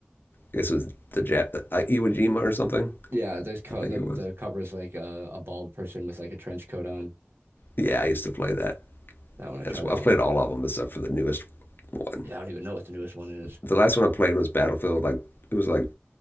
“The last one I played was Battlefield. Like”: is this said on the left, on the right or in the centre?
Left